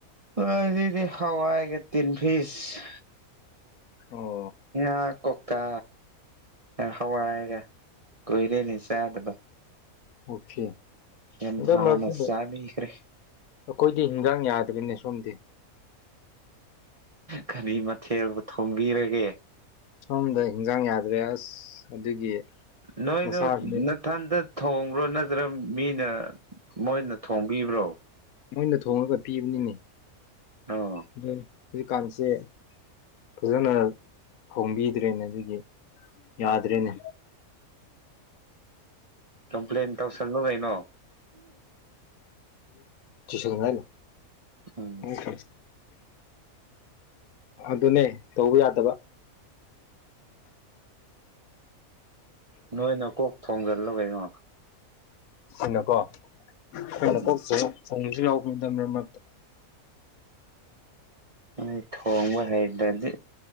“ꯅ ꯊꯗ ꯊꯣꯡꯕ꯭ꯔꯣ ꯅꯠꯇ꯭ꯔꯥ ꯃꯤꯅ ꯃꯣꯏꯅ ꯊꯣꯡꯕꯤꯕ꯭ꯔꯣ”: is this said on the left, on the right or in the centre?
Right